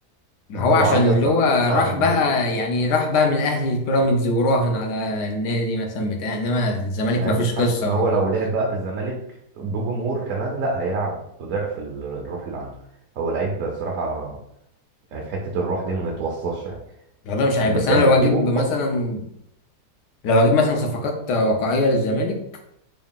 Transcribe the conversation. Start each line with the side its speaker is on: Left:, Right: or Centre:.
Left: ما
Right: <laughs>
Left: هو
Right: وعيط
Left: عشان اللي
Right: لما
Left: هو
Right: صعدوا
Left: راح
Right: النهائي
Left: بقى يعني راح بقى من الاهلي البيراميدز وراهن على النادي مثلا بتاع انما الزمالك
Right: مش عارف
Left: ما فيش
Right: بس حاسس
Left: قصه
Right: ان
Left: ولا
Right: هو
Left: ما
Right: لو لعب بقى في الزمالك بجمهور كمان لا هيلعب بضعف ال- الروح اللي عنده هو لعيب بصراحة يعني في حتة الروح دي ما يتوصاش يعني
Left: والله مش عارف
Right: ما
Left: بس
Right: ت-
Left: انا
Right: يعني
Left: لو
Right: تجيبه
Left: اجيب مثلا لو اجيب مثلا صفقات واقعيه للزمالك